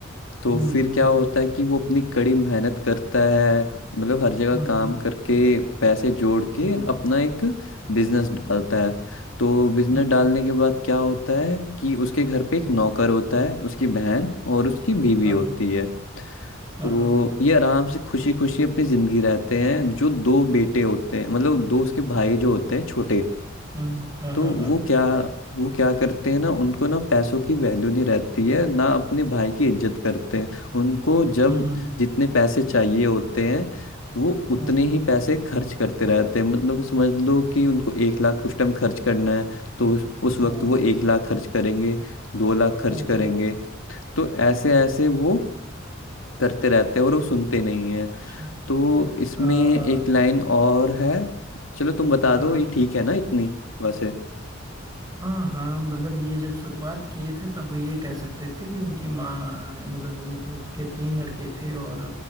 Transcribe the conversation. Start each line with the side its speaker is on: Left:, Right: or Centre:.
Left: तो
Right: हुँ,
Left: फिर
Right: हुँ,
Left: क्या होता है कि वो अपनी कड़ी मेहनत करता है मतलब हर जगह
Right: हुँ,
Left: काम
Right: हुँ,
Left: करके पैसे जोड़ के
Right: हुँ,
Left: अपना एक बिजनेस डालता है तो बिजनेस
Right: हुँ,
Left: डालने के बाद क्या होता है कि उसके घर पे एक
Right: हुँ,
Left: नौकर होता है उसकी बहन और उसकी बीवी
Right: हाँ,
Left: होती है
Right: हाँ,
Left: तो
Right: हाँ,
Left: ये आराम से खुशी खुशी अपनी जिंदगी रहते हैं जो दो बेटे होते हैं मतलब दो उसके भाई जो होते हैं छोटे
Right: हुँ, हाँ,
Left: तो
Right: हाँ, हाँ,
Left: वो क्या वो क्या करते हैं ना उनको ना पैसों की वैल्यू नहीं रहती है ना अपने भाई की इज्जत करते हैं उनको जब
Right: हुँ, हुँ,
Left: जितने पैसे चाहिए होते हैं वो उतने
Right: हुँ, हुँ,
Left: ही पैसे खर्च करते रहते हैं मतलब समझ लो कि उनको एक लाख कुछ टाइम खर्च करना है तो उस, उस वक्त
Right: हुँ,
Left: वो एक लाख खर्च करेंगे दो लाख खर्च
Right: हुँ,
Left: करेंगे
Right: हुँ,
Left: तो ऐसे ऐसे वो करते रहते हैं और वो सुनते नहीं है
Right: अच्छा।
Left: तो इसमें
Right: अ,
Left: एक लाइन और है चलो तुम बता
Right: अ,
Left: दो ये ठीक है ना इतनी वैसे
Right: हाँ हाँ मतलब ये जब शुरुआत किए थे तब ये कह सकते थे कि उनकी माँ मतलब उन- उनके तीन लड़के थे और